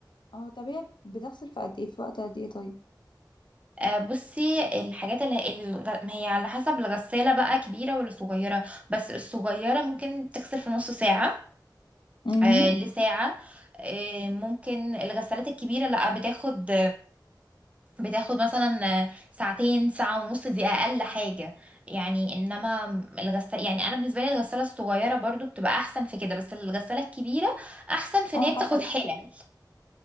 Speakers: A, on the left (about 80°); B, on the right (about 15°).
A: اه طب هي بتغسل في قد ايه في وقت قد ايه طيب
B: آه، بصي الحاجات اللي الغ- ما هي على حسب الغسالة بقى كبيرة ولا صغيرة بس الصغيرة ممكن تغسل في نص ساعة
A: امم
B: آه، لساعة آه، ممكن الغسالات الكبيرة لا بتاخد بتاخد مثلا آه، ساعتين ساعة ونص دي أقل حاجة يعني إنما الغسالة يعني أنا بالنسبة لي الغسالة الصغيرة برضو بتبقى أحسن في كده بس الغسالة الكبيرة أحسن في
A: انا
B: إن هي بتاخد
A: حسيت
B: حلل